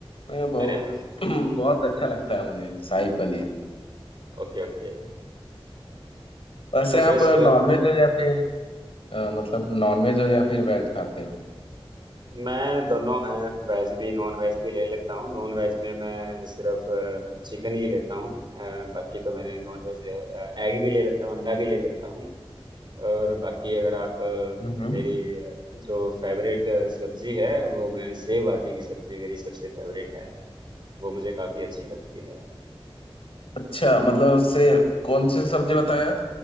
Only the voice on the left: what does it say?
मैं बहुत
<clears throat> बहुत अच्छा लगता है मुझे शाही पनीर
वैसे
आप
नॉनवेज हो या फिर अ, मतलब नॉनवेज हो या फिर वेज खाते हो
हम्म
अच्छा मतलब उससे कौन सी सब्जी बताया